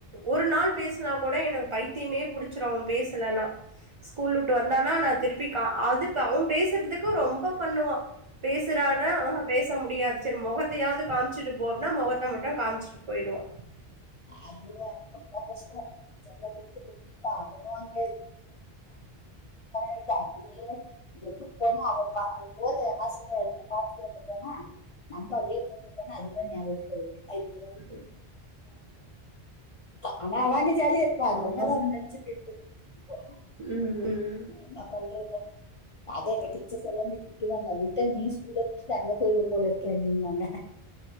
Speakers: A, on the right; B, on the left.
A: ஒரு நாள் பேசுலனா கூட எனக்கு பைத் த்தியுமே புடிச்சிடு அவ பேசலன்னா
B: <inaudible>
A: ஸ்கூல் உட்டு வந்தானா நா திருப்பி அது அவ பேசுறதுக்கு ரொம்ப பண்ணுவா பேசுற னால பேச முடியாது செரி மொகத்தையாது காம்ச்சுட்டு போ அப்டினா மொகத்த மட்டு காமிச்சுட்டு போயிடுவா
B: ஐயோ அது ரொம்ப கஷ்டோ செல்ல குத்தி குத்திப்பா அவனு அங்க <unintelligible> <unintelligible> எடுதுட் போனா அது த அது போற ஹாஸ்டில்ல எடுத்த பாத்துட்டு வந்துட்டோனா நம்ப அப்டியே துக்கி பேனா அது தா நியாபகத்துக்கு வருது அய்யோ
A: <inaudible>
B: ஆனா அவ அங்க ஜாலியா இருக்கா நம்மதா
A: ஆமாம்
B: நெனச்சு ஃபீல் பண்ணிட்டு இருக்கோம்
A: ம் ம்
B: என்ன பண்றது அதா அங்க டீச்சர்ஸ் எல்லா விட்டுவாங்க விட்ட நீ ஸ்கூல்ல விட்டுட்டு அங்க போயிருவ போலருக்கே அப்டின்பாங்க